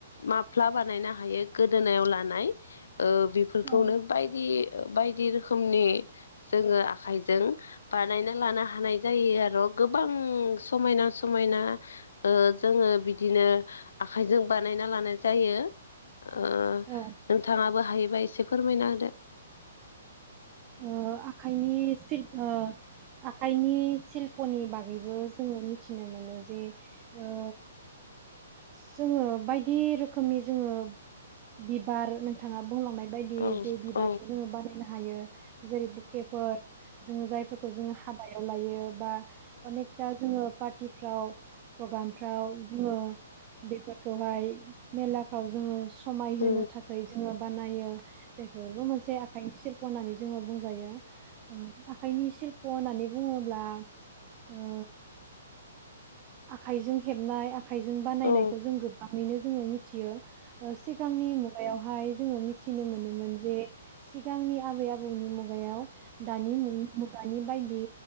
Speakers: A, on the left; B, on the right.
A: माफ्लाबा नायनो हायो गोदोनायाव लानाय ओ बेफोरखौनो
B: औ
A: बायदि बायदि रोखोमनि जोङो आखाइजों बानायना लानो हानाय जायो आर' गोबां समायना समायना ओ जोङो बिदिनो आखायजों बानाय ना लानाय जायो ओ
B: औ
A: नोंथाङाबो हायोबा एसे फोरमायना होदो।
B: ओ आखायनि ओ आखाइनि सिशल्प'नि बागैबो जोङो थिनो मोनो जे‌ ओ जोङो बायदि रोखोमनि जोङो बिबार नोंथाङा बुंलांनाय बायदि
A: औ
B: जे बिबारखौ
A: औ
B: जोङो बानायनो हायो जेरै बुकेफोर जोङो जायफोरखौ जोङो हाबायाव लायो। बा अनेकथा जोङो पार्टिफ्राव प्रग्रामफ्राव जोङो बेफोरखौहाय मेलाफ्राव जोङो समायहोनो
A: औ
B: थाखाय जोङो बानायो बेफोरबो मोनसे आखायनि सिल्प होननानै बुंजायो आखाइनि सिल्फ' होननानै बुङोब्ला ओ आखाइजों हेबनाय आखाइ जों बानायनायखौ
A: औ
B: जों गोबाङैनो जों मिथियो ओ सिगांनि मुगायावहाय जों मि थिनो मोनोमोन जे सिगांनि आबै आबौनि मुगायाव दानि मुग <unintelligible> बायदि